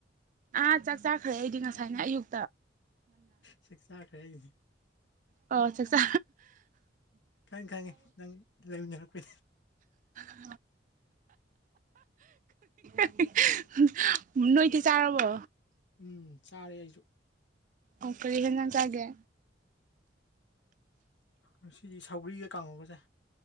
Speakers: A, on the right; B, on the left.
A: ꯑꯥ ꯆꯥꯛ ꯆꯥꯈ꯭ꯔꯦ ꯑꯩꯗꯤ ꯉꯁꯥꯏꯅ ꯑꯌꯨꯛ
B: ꯁꯤꯛꯁꯥꯠ ꯑꯩ
A: ꯑꯣ ꯑꯆꯥꯆꯥ
B: ꯈꯪꯉꯦ ꯈꯪꯉꯤꯪꯉ ꯂꯩꯃꯤꯟꯅꯔꯛꯄ
A: <inaudible> <inaudible> ꯅꯣꯏꯗꯤ ꯆꯥꯔꯔꯕꯣ
B: ꯎꯝ ꯆꯥꯔꯦ ꯑꯩꯁꯨ
A: ꯑꯣ ꯀꯔꯤ ꯍꯅ ꯇꯑꯦ
B: ꯑ ꯁꯤꯗꯤ ꯁꯧꯒ꯭ꯔꯤꯒ ꯀꯥꯡꯉꯒꯁꯦ